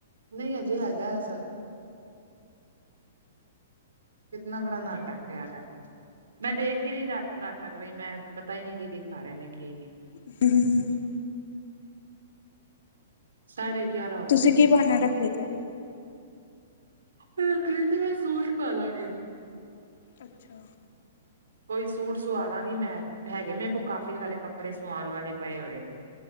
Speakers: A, on the right; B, on the left.
A: ਨਹੀਂ ਅਜੇ ਹੈਗਾ ਐ ਸੱਚ ਕਿਤਨਾ ਬੜਾ ਨਾਟਕ ਪਿਆ ਦੈ। ਮੈਂ ਦੇਖ ਈ ਨੀ ਰਾ ਨਾਟਕ ਰਈ ਮੈਂ ਪਤਾ ਈ ਨੀ ਕੀ ਦਿਖਾ ਰੇ ਨੇ, ਕੀ ਨੀ।
B: <unintelligible>
A: ਸਾਢੇ ਗਿਆਰਾਂ ਹੋ ਕੇ
B: ਤੁਸੀਂ
A: ਤੇਰੇ
B: ਕੀ ਬਹਾਨਾ ਰੱਖ ਲਿੱਤਾ
A: ਰੱਖੜੀ ਤੇ ਵੀ ਸੂਟ ਪਾ ਲਾਂਗੇ।
B: ਅੱਛਾ।
A: ਕੋਈ ਸੂਟ ਸੁਆ ਲਾਂਗੀ ਮੈਂ, ਹੈਗੇ ਮੇਰੇ ਕੋਲ ਕਾਫੀ ਸਾਰੇ ਕੱਪੜੇ ਸੁਆਣ ਵਾਲੇ ਪਏ ਹੋਏ।